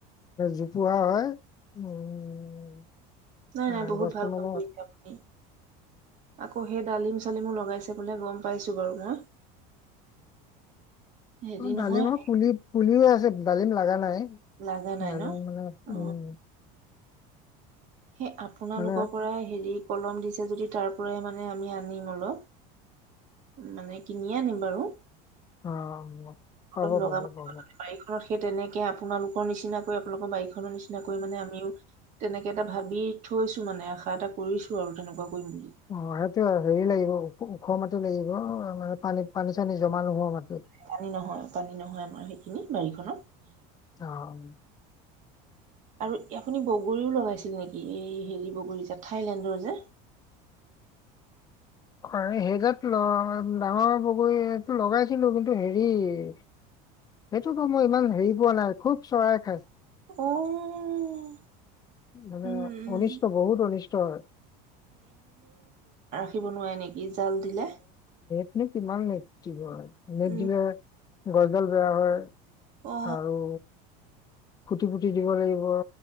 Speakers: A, on the left (about 20°); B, on the right (about 40°).
A: জোপোহা হয় উম
B: নাই
A: আহ,
B: নাই, বহুত
A: গছটো
B: ভাল
A: মানে
B: কাম কৰিছে আপুনি। আকৌ সেই ডালিম চালিমো লগাইছে বোলে, গম পাইছোঁ বাৰু মই হেৰি
A: অ ডালিমৰ
B: নহয়
A: পুলি, পুলি হৈ আছ ডালিম লাগা নাই
B: লাগা নাই
A: ডালিম
B: ন
A: মানে,
B: অ
A: উম
B: সেই আপোনালোকৰ
A: মানে
B: পৰাই হেৰি কলম দিছে যদি তাৰ পৰাই মানে আমি আনিম অলপ মানে কিনিয়ে আনিম বাৰু
A: অ', পাব,
B: অলপ লগাব
A: পাব, পাব।
B: বাৰীখনত সেই তেনেকে আপোনালোকৰ নিচিনাকৈ আপোনালোকৰ বাৰিখন <unintelligible> নিচিনা কৰি মানে আমিও তেনেক কে এটা ভাবি থৈছো মানে আশা এটা কৰিছো আৰু তেনেকুৱা কৰিম। বুলি
A: অ' সেইটোৱে হেৰি লাগিব, ওখ মাটি লাগিব। অ' মানে পানী পানী-চানী জমা নোহোৱা মাটি।
B: পানী নহয়, পানী নহয় আমাৰ সেই খিনি বাৰীখনত।
A: অহ'।
B: আৰু আপুনি বগৰীও লগাইছিল নেকি? এই হেৰি বগৰী যে থাইলেণ্ডৰ যে
A: হয়, সেইজাত ডাঙৰ বগৰীটো লগাইছিলো। কিন্তু হেৰি, সেইটোতো মই ইমান হেৰি পোৱা নাই খুব চৰায়ে খাই।
B: অ'
A: মানে
B: উম
A: অনিষ্ট, বহুত অনিষ্ট হয়।
B: দিব নোৱাৰে নেক কি, জাল দিলে।
A: এই কিমান নেট দিব আ নেট
B: উম
A: দিলে গছডাল বেয়া হয়,
B: অ
A: আৰু, খুটি পুতি দিব লাগিব।